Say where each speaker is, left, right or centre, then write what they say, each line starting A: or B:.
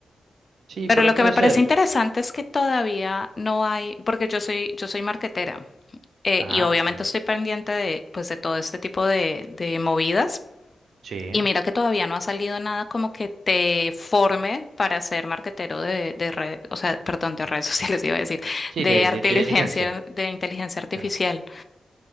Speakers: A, on the right; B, on the left.
A: Sí,
B: Pero
A: pero
B: lo
A: puede
B: que me parece
A: ser.
B: interesante es que todavía no hay, porque yo soy, yo soy marketera eh,
A: Ah,
B: y obviamente
A: bien.
B: estoy pendiente de, pues, de todo este tipo de, de movidas.
A: Sí.
B: Y mira que todavía no ha salido nada como que te forme para ser marketero de, de redes, o sea, perdón, de redes <laughs> sociales iba a decir,
A: Sí,
B: de
A: de,
B: inteligencia,
A: de inteligencia.
B: de inteligencia artificial.
A: Claro.